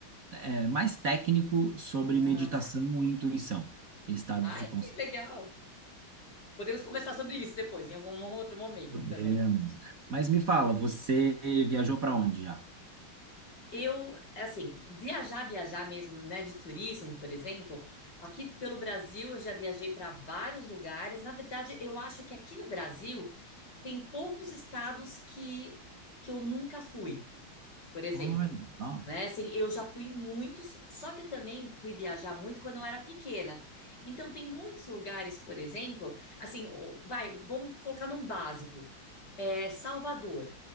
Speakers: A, on the right; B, on the left.
A: é, mais técnico sobre
B: Ah,
A: meditação
B: tá.
A: e intuição, estados
B: Ai,
A: de consciência.
B: que legal. Podemos conversar sobre isso depois, em algum outro momento
A: Podemos.
B: também.
A: Mas me fala, você viajou para onde já?
B: Eu, assim, viajar, viajar mesmo, né, de turismo, por exemplo, aqui pelo Brasil eu já viajei para vários lugares. Na verdade, eu acho que aqui no Brasil tem poucos estados que, que eu nunca fui, por exemplo.
A: Olha só,
B: Né? Assim, eu já fui em muitos, só que eu também fui viajar muito quando eu era pequena. Então, tem muitos lugares, por exemplo, assim, o- vai, vamos colocar num básico, é, Salvador